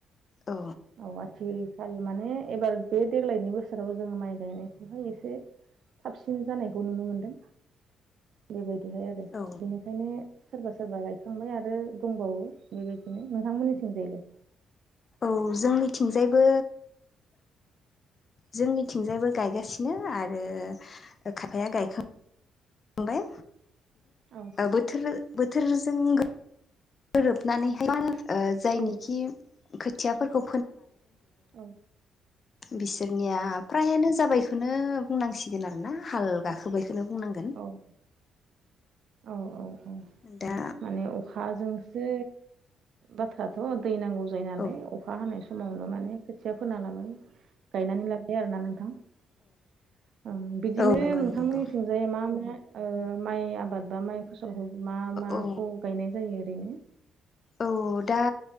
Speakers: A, on the left; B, on the right.
A: औ
B: औ आथि माने एबार बे देग्लायनि बोसोराव जोङो माइ गायनायखौहाय एसे साबसिन जानायखौ नुनो मोनदों बेबायदि बिदिहाय आरो
A: औ
B: बेनिखायनो सोरबा सोरबा गायखांबाय आरो दंबावो बेबायदिनो नोंथांमोननिथिंजायलै
A: औ जोंनिथिंजायबो जोंनिथिंजायबो गायगासि सिनो आरो खायफाया गायखांबाय।
B: औ
A: बोथोर बोथोरजों गोरोबनानैहाय ओ जायनिखि
B: औ
A: खो
B: औ
A: बिसोरनिया फ्रायानो जाबायखौनो बुंनांसिगोन आरो ना हाल गाखोबाय बेखौनो बुंनांगोन
B: औ औ औ औ
A: दा
B: माने अखाजोंसो बाथ्राथ' दै नांगौ जायो नालाय
A: औ
B: अखा हानाय समावनो माने खोथिया फोना लाबाय गायनानै लाबाय आरोना नोंथांबिदिनो
A: औ नंगौ
B: नोंथांमोननिथिंजाय
A: नंगौ
B: मा मा ओ माइ आबाद बा माइ फसलखौ मा माखौ
A: औ
B: गायनाय जायो ओरैनो?
A: औ दा